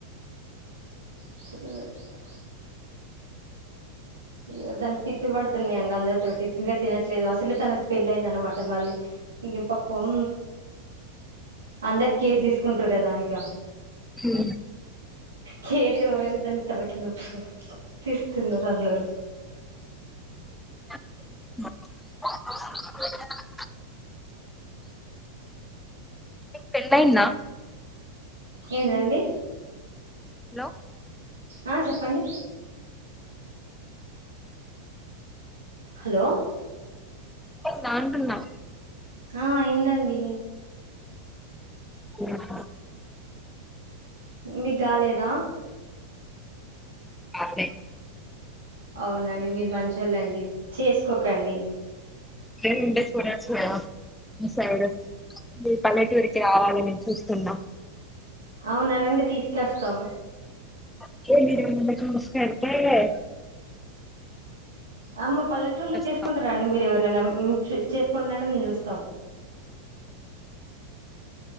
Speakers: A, on the right (about 75°); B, in the centre.
A: <inaudible> ఇగదానికి తిట్లుబడుతున్నాయండి అందరితోటి ఇంగా తినట్లేదు అసలే తనకు పెళ్లి అయిందన్నమాట మళ్ళీ ఇగ పాపం అందరు కేర్ తీసుకుంటారు గదా ఇక
B: హ్మ్
A: కేరేమోగాని దానికి తలకినొప్పివ తిడుతున్నారు అందరూ
B: <unintelligible> నిక్ పెళ్లయిందా
A: ఏంటిదండి
B: హలో
A: ఆ చెప్పండి హలో
B: నాంటన్నా
A: ఆ అయిందండి
B: ఆఓహా <inaudible>
A: మీకు గాలేదా
B: అదే
A: అవునండి మీరు మంచోళ్ళండీ చేసుకోకండి
B: రేంటే చూడచ్చుదా మీ సైడ్ మీ పల్లెటూరికి రావాలి నేను చూస్తున్నా
A: అవునా రండి తీసుకొస్తం
B: <unintelligible>
A: ఆమ పల్లెటూర్లో
B: వస్తాం
A: చేసుకుంటారండి మీరు ఎవరు <unintelligible> చీ చేసుంటాను మీరు చూస్త త్తం